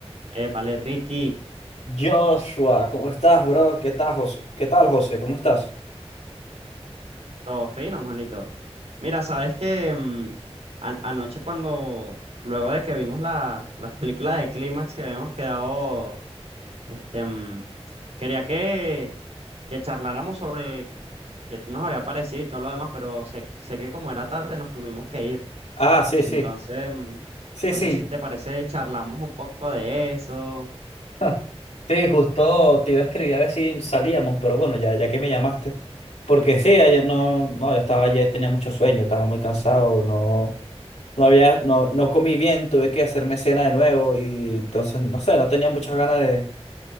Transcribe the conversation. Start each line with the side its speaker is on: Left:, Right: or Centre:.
Right: Épale, Ricky,
Left: Joshua, ¿cómo estás, bro? ¿Qué tal, José? ¿Qué tal, José? ¿Cómo estás?
Right: todo fino, manito. Mira, sabes que mm, an- anoche cuando, luego de que vimos la, la película de Clímax que habíamos quedado, este, mm, quería que, que charláramos sobre qué nos había parecido y todo lo demás, pero sé, sé que como era tarde nos tuvimos que ir.
Left: Ah, sí,
Right: Entonces,
Left: sí,
Right: mm,
Left: sí,
Right: no
Left: sí.
Right: sé si te parece, charlamos un poco de eso.
Left: <laughs> Sí, justo te iba a escribir a ver si salíamos, pero bueno, ya, ya que me llamaste. Porque sí, ayer no, no, yo estaba ayer, tenía mucho sueño, estaba muy cansado, no, no había, no, no comí bien, tuve que hacerme cena de nuevo y entonces, no sé, no tenía muchas ganas de...